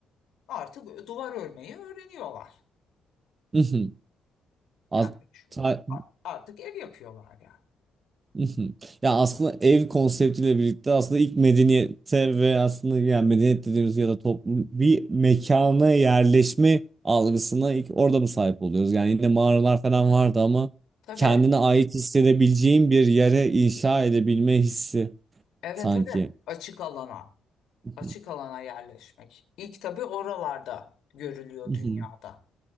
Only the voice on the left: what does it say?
Artık duvar örmeyi öğreniyorlar.
Yani şu-
a- artık ev yapıyorlar yani.
Tabii.
Evet
evet açık alana.
Açık alana yerleşmek. İlk tabii oralarda görülüyor
dünyada.